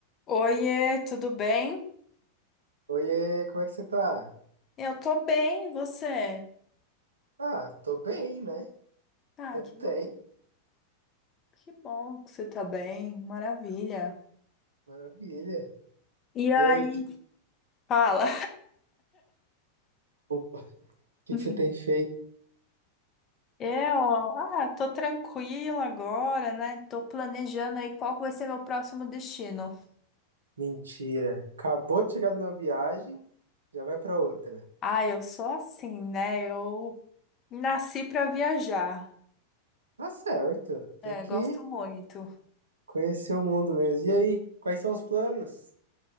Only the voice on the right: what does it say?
Oiê, como é que você tá?
Ah, tô bem, né?
Quanto
tempo,
maravilha.
E aí, que,
o que
que você tem feito?
Mentira. Acabou de chegar de uma viagem, já vai pra outra.
Tá certo, tem
que
conhecer o mundo mesmo. E aí, quais são os planos?